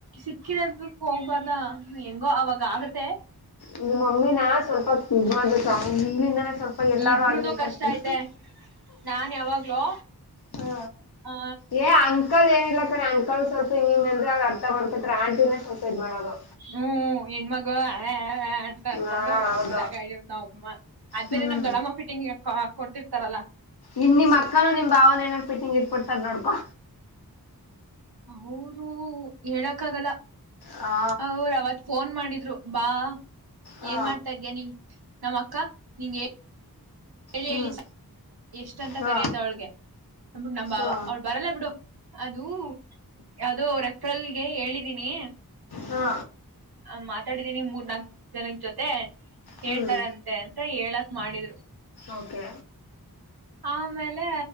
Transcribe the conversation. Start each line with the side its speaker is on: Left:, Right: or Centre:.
Right: ಸಿಕ್ಕಿರದಕ ಹೋಗ್ಬಾರ್ದ ಹ್ಮ ಹೆಂಗೋ ಅವಾಗ ಆಗತ್ತೆ
Left: ನಿಮ್ಮ ಮಮ್ಮಿನ ಸ್ವಲ್ಪ ಕಿದ ಮಾಡಬೇಕ ನೀನಲಿಂದನೆ ಸ್ವಲ್ಪ ಎಲ್ಲಾರು
Right: ಇಬ್ರೂನು
Left: ಆಗ್ಲಿ
Right: ಕಷ್ಟ
Left: ಕರ್ಕೊಂಡು
Right: ಐತೆ ನಾನ ಯಾವಾಗ್ಲೂ
Left: ಹಾ
Right: ಆ
Left: ಏ ಅಂಕ ಅಂಕಲ್ ಏನಿಲ್ಲ ಕಣೆ ಅಂಕಲ್ ಸ್ವಲ್ಪ ಹಿಂಗಂಗ ಅಂದ್ರೆ ಅವರ ಅರ್ಥ ಮಾಡ್ಕೂತಾರೆ ಆಂಟಿನ ಸ್ವಲ್ಪ ಇದ್ ಮಾಡೋದು
Right: ಹ್ಮ್ ಹೆಣ್ಮಗ ಹಾ ಹಾ ಅನ್ಕೊಂಡು
Left: ಹಾ ಹೌದು
Right: ರಾಗ ಎಳಿಯುತ್ ನಮ್ಮಮ ಅದ
Left: ಹ್ಮ್
Right: ಬೇರೆ ನಮ್ಮ ದೊಡಮ್ಮ ಫಿಟಿಂಗ್ ಹಾಕಕೊಡ್ತಿರ್ತಾರಲ್ಲಾ
Left: ಇನ್ ನಿಮ್ಮ ಅಕ್ಕಾನು ನಿಮ್ಮ ಭಾವನು ಏನ್ ಪಿಟ್ಟಂಗ ಇಟ್ಬಿಡತ್ತಾರ ನೋಡ್ಕೋ
Right: ಹೌದು ಹೇಳಕ್ ಆಗಲ್ಲ
Left: ಹಾ
Right: ಅವರ ಅವತ್ ಫೋನ್ ಮಾಡಿದ್ರು ಬಾ
Left: ಹಾ
Right: ಏನ್ ಮಾಡ್ತಾ ಇದ್ಯಾ ನೀ ನಮ್ಮ ಅಕ್ಕ ನಿ ಹೇಳಿ
Left: ಹ್ಮ್
Right: ಹೇಳಿ ಎಷ್ಟ ಅಂತ
Left: ಹಾ
Right: ಕರಿಯದ ಅವಳಗೆ ಅಂದ್ಬಿಟ ನಮ್ಮ ಬಾವ
Left: ಹಾ
Right: ಅವ ಬರಲ್ಲ ಬಿಡು ಅದು ಯಾವುದೋ ರೆಫ್ರಲ್ಗೆ ಹೇಳಿದೀನಿ
Left: ಹಾ
Right: ಹ ಮಾತಾಡಿದೀನಿ ಮೂರ್ ನಾಕ್ ಜನದ ಜೊತೆ ಹೇಳ್ತಾರಂತೆ
Left: ಹ್ಮ್
Right: ಅಂತ ಹೇಳಕ್ ಮಾಡಿದ್ರು
Left: ಓಕೆ
Right: ಆಮೇಲೆ